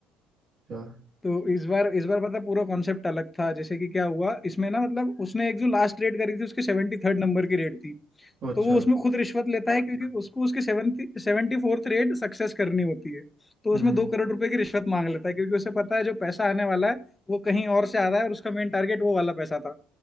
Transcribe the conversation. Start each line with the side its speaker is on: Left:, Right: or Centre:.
Right: हाँ,
Left: तो इस बार इस बार पता पूरा कॉन्सेप्ट अलग था जैसे कि क्या हुआ इसमें ना मतलब उसने एक जो लास्ट रेड करी थी उसके सेवेंटी थर्ड नंबर की रेड थी
Right: अच्छा ओ अच्छा
Left: तो वो उसमें खुद रिश्वत लेता है क्योंकि उसको उसके seventy seventy fourth raid success करनी होती है तो
Right: हम्म
Left: उसमें दो करोड़ रुपए की रिश्वत मांग लेता है क्योंकि उसे पता है जो पैसा आने वाला है वो कहीं और से आ रहा है और उसका मेन टारगेट वो वाला पैसा था